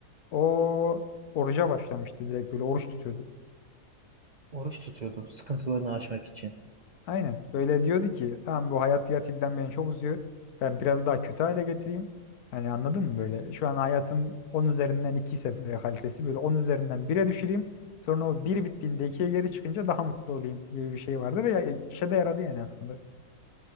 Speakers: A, on the left; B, on the right.
A: O oruca başlamıştı direkt böyle oruç tutuyordu.
B: Oruç tutuyordu sıkıntılarını aşmak için.
A: Aynen böyle diyordu ki tamam bu hayat gerçekten beni çok uzuyor. Ben biraz daha kötü hale getireyim. Hani anladın mı böyle şu an hayatım 10 üzerinden 2 ise böyle kalitesi böyle 10 üzerinden bire düşüreyim. Sonra o bir bittiğinde ikiye geri çıkınca daha mutlu olayım gibi bir şey vardı ve ya- e, işe de yaradı yani aslında.